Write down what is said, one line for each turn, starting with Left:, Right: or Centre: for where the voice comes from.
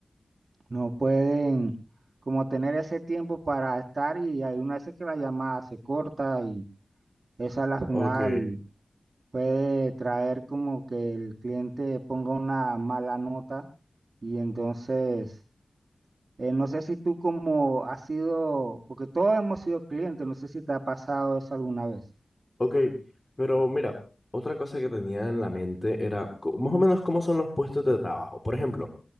Right: no pueden como tener ese tiempo para estar y hay una veces que la llamada se corta y esa es la final
Left: Ok,
Right: puede traer como que el cliente ponga una mala nota y entonces, eh, no sé si tú como has sido, porque todos hemos sido clientes, no sé si te ha pasado eso alguna vez.
Left: ok, pero mira, otra cosa que tenía en la mente era co- más o menos cómo son los puestos de trabajo. Por ejemplo,